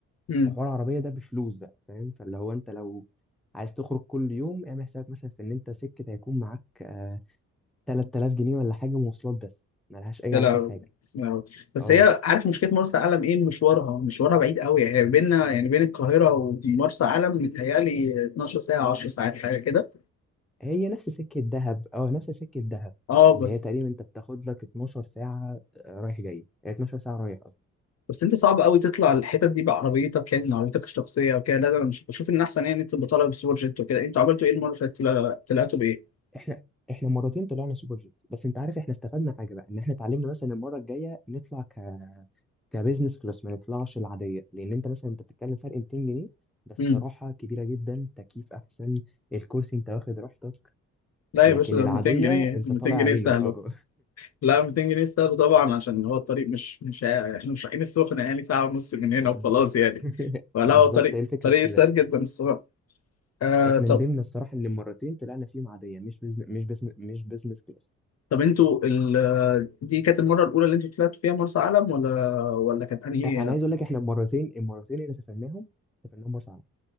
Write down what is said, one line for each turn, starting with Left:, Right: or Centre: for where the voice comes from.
Left: امم
Centre: وحوار العربيه ده بفلوس بقى فاهم فاللي هو انت لو عايز تخرج كل يوم اعمل حسابك مثلا في ان انت سكه هيكون معاك آه 3000 جنيه ولا حاجه مواصلات بس ملهاش اي
Left: يا
Centre: علاقه
Left: لهوي
Centre: بحاجه
Left: يا لهوي. بس
Centre: اه
Left: هي عارف مشكله مرسى علم ايه مشوارها مشوارها بعيد قوي هي بيننا يعني بين القاهره ومرسى علم متهيألي 12 ساعه 10 ساعات حاجه كده
Centre: هي نفس سكه دهب اه نفس سكه دهب
Left: اه
Centre: اللي
Left: بس
Centre: هي تقريبا انت بتاخد لك 12 ساعه آه، رايح جاي هي 12 ساعه رايح
Left: بس انت صعب قوي تطلع الحتت دي بعربيتك يعني عربيتك الشخصيه وكده لا ده انا مش بشوف ان احسن يعني تبقى طالع بسوبر جيت وكده انتوا عملتوا ايه المره اللي فاتت طلع- طلعتوا بايه؟
Centre: احنا احنا مرتين طلعنا سوبر جيت بس انت عارف احنا استفدنا حاجه بقى ان احنا اتعلمنا مثلا المره الجايه نطلع ك... كبزنس كلاس ما نطلعش العاديه لان انت مثلا انت بتتكلم فرق 200 جنيه بس
Left: امم
Centre: راحه كبيره جدا تكييف احسن الكرسي انت واخد راحتك
Left: لا
Centre: لكن
Left: يا باشا ده
Centre: العاديه
Left: 200 جنيه
Centre: انت
Left: 200
Centre: طالع
Left: جنيه
Centre: عينك
Left: سهل
Centre: اه
Left: لا 200 جنيه سهل طبعا عشان هو الطريق مش مش ع- احنا مش رايحين السخنة يعني يعني ساعة ونص من هنا
Centre: ب-
Left: وخلاص يعني
Centre: <laughs>
Left: فلا
Centre: بالظبط
Left: هو طريق
Centre: هي الفكره
Left: طريق
Centre: في كده
Left: سهل جدا الصراحة آه
Centre: احنا
Left: طب
Centre: ندمنا الصراحه ان المرتين طلعنا فيهم عاديه مش بزن... مش بزن... مش بزنس كلاس
Left: طب انتوا ال... دي كانت المرة الأولى اللي انتوا طلعتوا فيها مرسى علم ولا ولا كانت أنهي
Centre: احنا انا عايز اقول لك احنا المرتين المرتين اللي سافرناهم سافرناهم مرسى علم